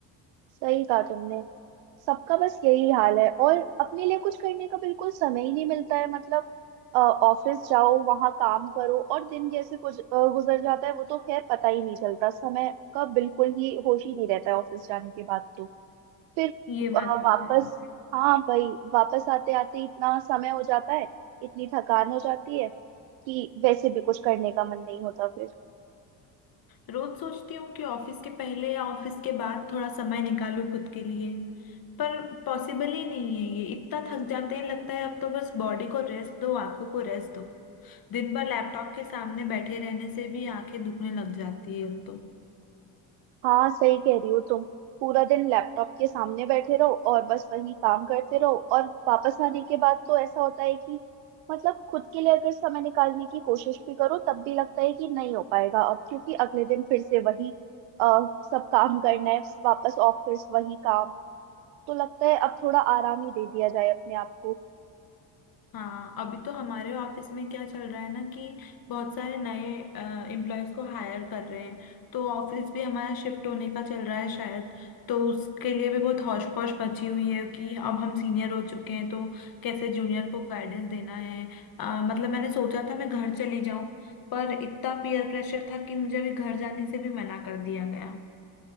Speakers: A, on the right (about 80°); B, on the left (about 50°).
A: सही कहा तुमने सबका बस यही हाल है और अपने लिए कुछ करने का बिल्कुल समय ही नहीं मिलता है मतलब ऑफिस जाओ वहां काम करो और दिन कैसे कुछ अ, गुजर जाता है वो तो खैर पता ही नहीं चलता समय का बिल्कुल ही होश ही नहीं रहता है ऑफिस जाने के बाद तो फिर
B: ये
A: अ,
B: बात तो
A: वापस
B: सही
A: हाँ भाई वापस आते आते इतना समय हो जाता है इतनी थकान हो जाती है कि वैसे भी कुछ करने का मन नहीं होता फिर
B: रोज सोचती हूँ कि ऑफिस के पहले या ऑफिस के बाद थोड़ा समय निकालूं खुद के लिए पर पॉसिबल ही नहीं है ये इतना थक जाते हैं लगता है अब तो बस बॉडी को रेस्ट दो आंखों को रेस्ट दो दिन भर लैपटॉप के सामने बैठे रहने से भी आंखें दुखने लग जाती है अब तो
A: हाँ सही कह रही हो तुम पूरा दिन लैपटॉप के सामने बैठे रहो और बस वही काम करते रहो और वापस आने के बाद तो ऐसा होता है कि मतलब खुद के लिए अगर समय निकालने की कोशिश भी करो तब भी लगता है कि नहीं हो पाएगा अब क्योंकि अगले दिन फिर से वही अ, सब काम करना है वापस ऑफिस वही काम तो लगता है अब थोड़ा आराम ही दे दिया जाए अपने आप को
B: हाँ अभी तो हमारे ऑफिस में क्या चल रहा है ना कि बहुत सारे नए एम्प्लॉयज को हायर कर रहे हैं तो ऑफिस भी हमारा शिफ्ट होने का चल रहा है शायद तो उसके लिए भी बहुत हौश पौश मची हुई है कि अब हम सीनियर हो चुके हैं तो कैसे जूनियर को गाइडेंस देना है अ, मतलब मैंने सोचा था मैं घर चली जाऊं पर इतना पीयर प्रेशर था कि मुझे अभी घर जाने से भी मना कर दिया गया